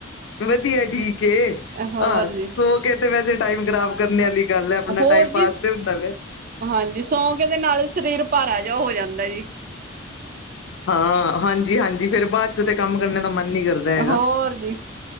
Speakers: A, on the left (about 65°); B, on the right (about 45°).
A: ਵਧੀਯੈ, ਠੀਕ ਏ।
B: ਹੋਰ
A: ਹਾਂ,
B: ਜੀ
A: ਸੋ ਕੇ ਤੇ ਵੈਸੇ ਟਾਈਮ ਖ਼ਰਾਬ ਕਰਨੇ ਆਲੀ ਗੱਲ ਏ, ਆਪਣਾ
B: ਹੋਰ
A: ਟਾਈਮ ਪਾਸ
B: ਜੀ
A: ਤੇ ਹੁੰਦਾ ਪਯੈ।
B: ਹਾਂਜੀ, ਸੌਕੇਂ ਤੇ ਨਾਲੇ ਸ਼ਰੀਰ ਪਾਰਾ ਜੇਯਾ ਹੋ ਜਾਂਦਾ ਜੀ।
A: ਹਾਂ, ਹਾਂਜੀ -ਹਾਂਜੀ। ਫੇਰ ਬਾਅਦ ਚ ਤੇ ਕੰਮ ਕਰਨ ਦਾ ਮਨ ਨੀ ਕਰਦਾ ਹੈਗਾ।
B: ਹੋਰ ਜੀ